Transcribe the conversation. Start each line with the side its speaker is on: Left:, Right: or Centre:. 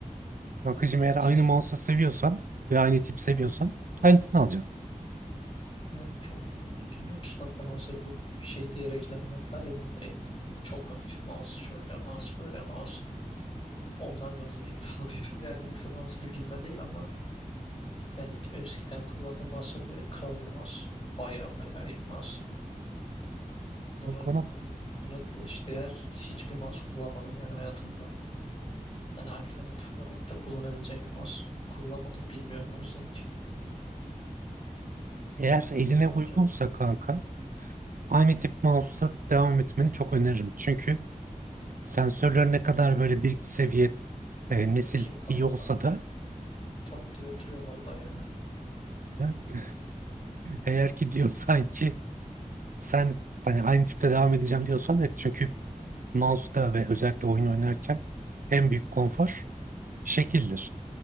Right: Kankacığım eğer aynı
Left: Yeni
Right: mouse'u seviyorsan ve aynı tip seviyorsan aynısını alacaksın.
Left: yani çok tabii bilgim yok ki kanka mouse'ları bu şey diye reklamını yaptılar ya bunu direkt. Çok hafif mouse şöyle mouse böyle mouse. Ondan gaza gelip <laughs> aldıydım yani yoksa mouse bilgimden değil ama Yani eskiden kullandığım mouse'lara göre kral bir mouse. Baya baya iyi bir mouse. Bunu,
Right: Kanka onu
Left: bunun, buna eşdeğer hiçbir mouse kullanmadım yani hayatımda. Hani alternatif olarak da kullanabileceğim bir mouse kullanmadım. Bilmiyorum o yüzden hiç
Right: eğer eline
Left: ne kullanacağımı.
Right: uygunsa kanka aynı tip mouse'la
Left: Hı hı.
Right: devam etmeni çok öneririm. Çünkü Sensörler ne kadar böyle bir seviye e, nesil
Left: Bakayım kanka.
Right: iyi olsa da
Left: Tak diye oturuyor vallahi elime.
Right: e, eğer ki diyorsan ki sen hani aynı tipte devam edeceğim diyorsan et. Çünkü mouse'da ve özellikle oyun oynarken en büyük konfor şekildir.